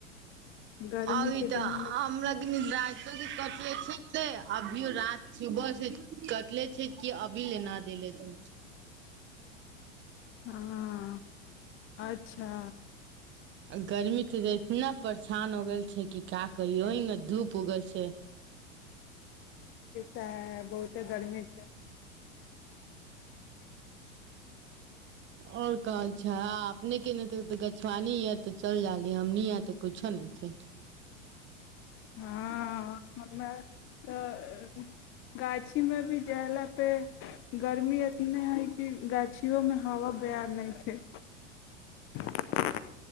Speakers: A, on the left (about 30°); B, on the right (about 30°).
A: गर्मी
B: अ ई
A: के
B: तऽ
A: दिन मे
B: हमरा कि र े छै अभियो रति सुबह से कटले छै कि अभी लेना देले छै
A: हँ अच्छा
B: गर्मी त इतना परेशान हो गेल छै की क कौ अ बधू प उगल छै
A: त है बहुते गर्मी छै
B: आओर कह छा ने के नहि गछुआानी य तऽ चल जााली हमनी य तऽ कछो नहि छी
A: हँ हम तऽ गाछी मे भी जह पे गर्मी इतने है कि गाछिियोमे हवा बय नहि छै ठीक